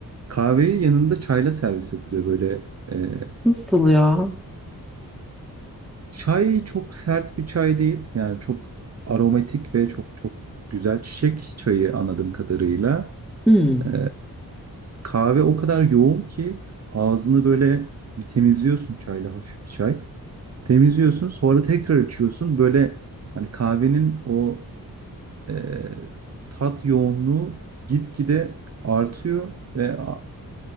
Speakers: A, on the right; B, in the centre.
A: Kahveyi yanında çayla servis ediliyor böyle. e,
B: <laughs> Nasıl ya?
A: çay çok sert bir çay değil. Yani çok aromatik ve çok çok güzel çiçek çayı anladığım kadarıyla.
B: Hmm,
A: Ee, kahve o kadar yoğun ki ağzını böyle bir temizliyorsun çayla hafif bir çay. Temizliyorsun sonra tekrar içiyorsun. Böyle hani kahvenin o eee, tat yoğunluğu gitgide artıyor ve a